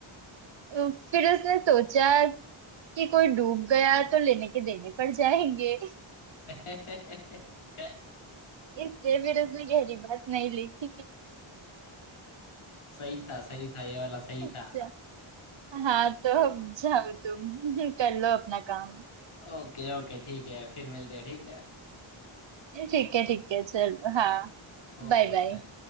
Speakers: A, on the right (about 60°); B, on the left (about 75°).
A: अ, फिर उसने सोचा कि कोई डूब गया तो लेने के देने पड़ जाएंगे
B: <laughs>
A: इसलिए फिर उसने गहरी बात नहीं लिखी
B: सही था सही था ये वाला सही
A: अच्छा
B: था
A: हाँ तो अब जाओ तुम <laughs> कर लो अपना काम
B: ओके ओके ठीक है फिर मिलते हैं ठीक है
A: ठीक है ठीक है चलो हाँ
B: Okay
A: Bye
B: bye
A: bye